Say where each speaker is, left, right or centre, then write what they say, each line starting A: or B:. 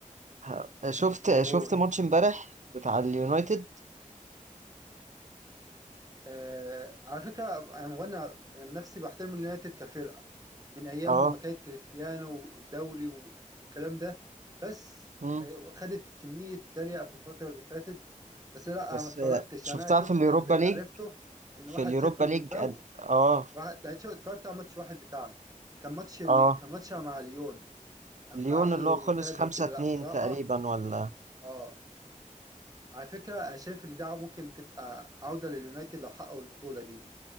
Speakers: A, on the right; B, on the right.
A: ه- شفت
B: قول
A: شفت ماتش امبارح بتاع اليونايتد
B: آه على فكرة يعني وانا من نفسي بحترم اليونايتد كفرقة من أيام
A: اه
B: ما كانت كريستيانو والدوري و- والكلام ده بس
A: مم.
B: كا- خدت كمية تريقة في الفترة اللي فاتت بس لا
A: بس
B: أنا ما اتفرجتش
A: آه، شفتها
B: يعني أنا شفت
A: في اليوروبا
B: اللي
A: ليج
B: عرفته إن
A: في
B: واحد
A: اليوروبا
B: صفر
A: ليج
B: بالباو
A: قد- اه
B: واحد لا، شو- اتفرجت على ماتش واحد بتاعها كان ماتش ال...
A: اه
B: كان ماتش مع ليون أما
A: ليون
B: عملوا
A: اللي
B: رومونتادا
A: هو خلص 5
B: وكده
A: 2
B: لا بصراحة
A: تقريبا ولا
B: آه على فكرة أنا شايف إن دي ممكن تبقى عودة لليونايتد لو حققوا البطولة دي